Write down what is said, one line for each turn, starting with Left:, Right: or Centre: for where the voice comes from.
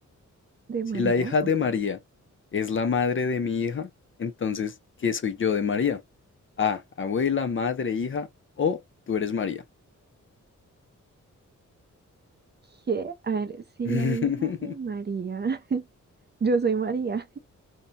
Right: de
Left: Si
Right: María,
Left: la hija de
Right: ok.
Left: María es la madre de mi hija, entonces, ¿qué soy yo de María? A, abuela, madre, hija o tú eres María.
Right: ¿Qué? A ver, si
Left: <laughs>
Right: la hija de María, <laughs> yo soy María,